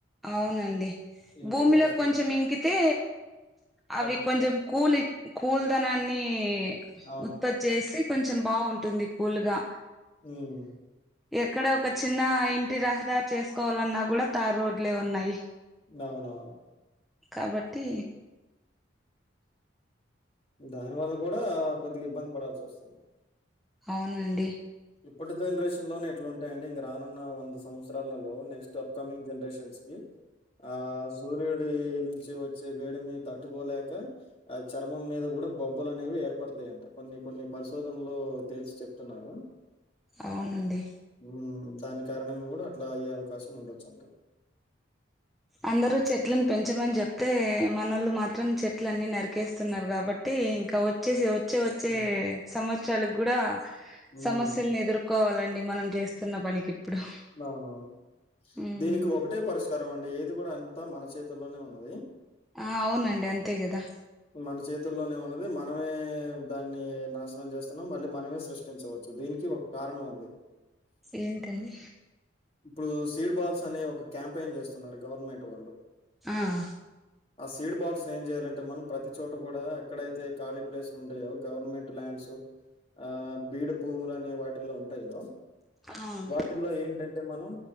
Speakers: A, in the centre; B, on the left.
A: అవునండి
B: ఇనికే
A: భూమిలో
B: పరిస్థితి
A: కొంచెం ఇంకితే అవి
B: అవ్
A: కొంచెం కూలి కూల్ధనాన్ని
B: అవును.
A: ఉత్పత్తి చేసి కొంచెం బాగుంటుంది. కూలుగా
B: హ్మ్.
A: ఎక్కడ ఒక చిన్న ఇంటి రహదారు చేసుకోవాలన్నా కూడా తార్ రోడ్ ఇలే ఉన్నాయి.
B: నవునవును
A: కాబట్టి
B: దాని వల్ల కూడా కొద్దిగా ఇబ్బంది పడాల్సి వస్తుంది.
A: అవునండి.
B: ఇప్పటి జనరేషన్ లోనే ఇట్లు ఉంటాయండి ఇంక రానున్న వంద సంవత్సరాలలో నెక్స్ట్ అప్కమింగ్ జనరేషన్స్ ఆ సూర్యుడి నుంచి వచ్చే వేడిని తట్టుకోలేక ఆ చర్మం మీద కూడా బొబ్బులు అనేవి ఏర్పడతాయి. కొన్ని కొన్ని పరిశోధనలొ తేల్సి చెప్తున్నారు.
A: అవునండి
B: మ్ దాని కారణంగుడా అట్లా అయ్యే అవకాశం ఉండొచ్న్ట <inaudible>
A: అందరు చెట్లన్ పెంచమని చెప్తే, మనోళ్లు మాత్రం చెట్లన్ని నరికేస్తున్నారు గాబట్టి ఇంకా వ. చేసి వచ్చే వచ్చే
B: హుహు.
A: సంవత్సరాల్కూడా
B: హ్మ్.
A: సమస్యల్ని ఎదుర్. కోవాలండి మనం చేస్తున్న పనికి ఇప్పుడు
B: అవునవును
A: ఉమ్
B: దీనికి ఒకటే పరిష్కారం అండి ఏది కూడా అంతా మన చేతుల్లోనే ఉన్నది.
A: ఆ అవునండి అంతే కదా
B: మన చేతుల్లోనే ఉన్నది మనమే దాన్ని నాశనం చేస్తున్నాం. మళ్ళీ మనమే సృష్టించవచ్చు దీనికి ఒ. కారణమ్వుంది
A: ఏంటండీ
B: ఇప్పుడు సీడ్ బాల్స్ని ఒక క్యాంపెయిన్ చేస్తున్నారు గవర్నమెంట్ వాళ్ళు
A: ఆ హ ఆ
B: ఆ సీడ్ బాల్స్ నేమ్ జెయాలంటే మనం, ప్రతి చోట కూడా ఎక్కడైతే ఖాళీ ప్లేసులుంటయో, గవర్నమెంట్ ల్యాండ్స్. ఆ బీడు భూములు అనే వాటిల్లో ఉంటాయో
A: అవును
B: <unintelligible> ల్లో ఏంటంటే మనం